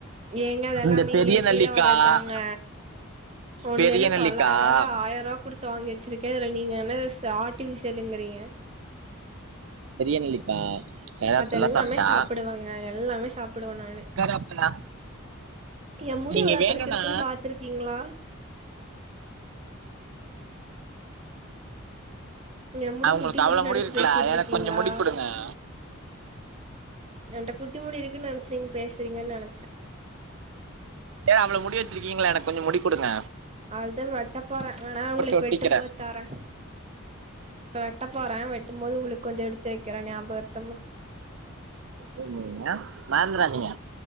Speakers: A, on the right; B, on the right.
A: ஏங்க அதெல்லாமே
B: இந்த பெரிய
A: இயற்கைல
B: நெல்லிக்காய்
A: வர்றதுதாங்க ஒன்னென்னு
B: பெரிய நெல்லிக்காய்
A: தொள்ளாயருவா ஆயருவா குடுத்து வாங்கி வச்சிருக்கே இதுல நீங்க என்னது ச ஆர்டிஃபிஷியலுங்கிறீங்க
B: பெரிய நெல்லிக்காய் கருவேப்பிலாம்
A: அதெல்லாமே
B: சாப்பிட்டா
A: சாப்புடுவங்க எல்லாமே சாப்புடுவ நானு
B: கருவேப்பிலை
A: எ முடி
B: நீங்கள்
A: எவ்ள
B: வேணும்னா
A: பெருசுருக்குன் பாத்துருக்கீங்ளா? எ முடி
B: அவங்களுக்கு
A: குட்டி முடி
B: அவ்வளோ
A: நெனச்சு
B: இருக்குல்ல
A: பேசிட்ருக்கீங்களா
B: எனக்கு கொஞ்சம் முடி கொடுங்க
A: என்ட்ட குட்டி முடி இரு க்குன் நெனச்சு நீங்க பேசுறீங்கன் நனச்சே
B: ஏ அவ்ள முடி வச்சிருக்கீங்ல எனக்கு கொஞ்சொ முடி குடுங்க
A: அதுதா வெட்டப் போறே வேனா ஒங்களுக்கு
B: ஒட்டிக்கிறேன்
A: வெட்டும் போது தரே இப்ப வெட்ட போறே வெட் டும் போது உங்களுக் கொஞ்ச எடுத்து வக்கிறே ஞாபகர்த்தமா
B: செரிங்க மறந்துராதீங்க